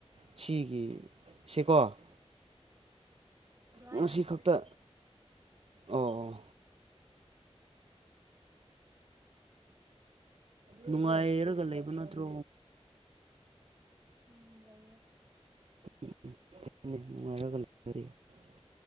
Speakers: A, on the right; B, on the right.
A: ꯁꯤꯒꯤ ꯁꯦꯀꯣ
B: ꯑꯗꯨ ꯍꯥꯏꯒꯅꯣ
A: ꯉꯁꯤ ꯈꯛꯇ ꯑꯣ ꯑꯣ ꯅꯨꯡꯉꯥꯏꯔꯒ ꯂꯩꯕ ꯅꯠꯇ꯭ꯔꯣ
B: ꯎꯝ ꯂꯩꯌꯦ
A: <unintelligible> ꯅꯨꯡꯉꯥꯏꯔꯒ <unintelligible>